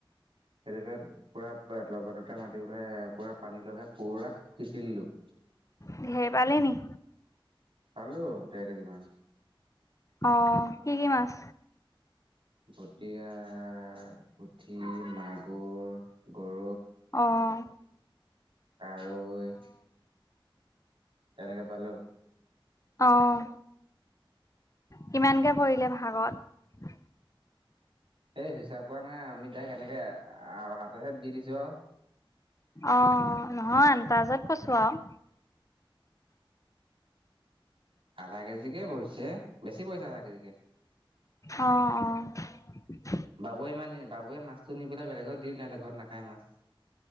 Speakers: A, on the right; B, on the left.
A: সেইটো পুৰা লগৰ দুটা মাতি পেলে পুৰা পানী লগাই পুৰা সিঁচি দিলো।
B: ঢেৰ পালি নি?
A: চালো দেৰ কেজি মান
B: অঁ কি কি মাছ!
A: বটিয়া পুঠি মাগুৰ গৰু <unintelligible>
B: অঁ
A: কাৰৈ। তেনেকে পালো।
B: আহঁ কিমানকে পৰিলে ভাগত
A: সেই হিচাপ কৰা নাই আমি তাইক এনেকে হাতে হে দি দিছো আৰু
B: অঁ নহয় তাজত কৈছো আৰু
A: আধা কেজিকে পৰিছে বেছি পৰিছে আধা কেজিতকে
B: অঁ অঁ
A: বাবুৱে ইমান নি বাবুৱে মাছটো নি পেলাই বেলেগত দি দিলে সিহঁত ঘৰত নাখায় মাছ।